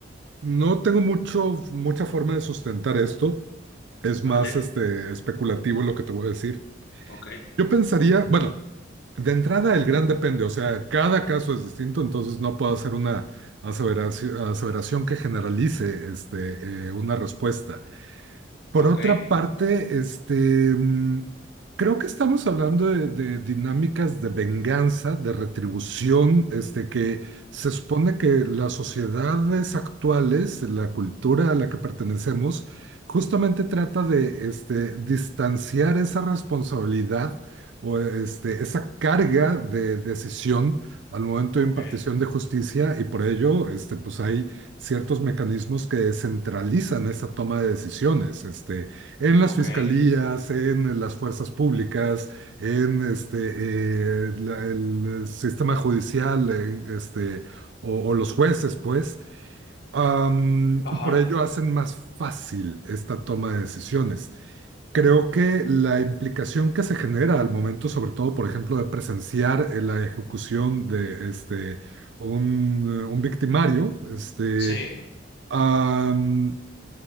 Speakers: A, on the right (about 70°); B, on the left (about 60°).
A: no tengo mucho, mucha forma de sustentar esto. Es
B: vale,
A: más, este, especulativo lo que te voy a decir.
B: ok,
A: Yo pensaría, bueno, de entrada el gran depende, o sea, cada caso es distinto, entonces no puedo hacer una aseveraci- aseveración, que generalice este, eh, una respuesta. Por
B: ok,
A: otra parte, este, mm, creo que estamos hablando de, de dinámicas de venganza, de retribución, este, que se supone que las sociedades actuales, la cultura a la que pertenecemos, justamente trata de, este, distanciar esa responsabilidad o este, esa carga de decisión al momento
B: ok,
A: de impartición de justicia y por ello, este, pues hay ciertos mecanismos que descentralizan esa toma de decisiones, este, en las
B: ok.
A: fiscalías, en las fuerzas públicas, en este, eh, la- el sistema judicial, en, este, o, o los jueces, pues, Am,
B: Ajá,
A: por ello hacen más fácil esta toma de decisiones. Creo que la implicación que se genera al momento, sobre todo, por ejemplo, de presenciar eh, la ejecución de este, un, eh, un victimario, este,
B: sí.
A: Am,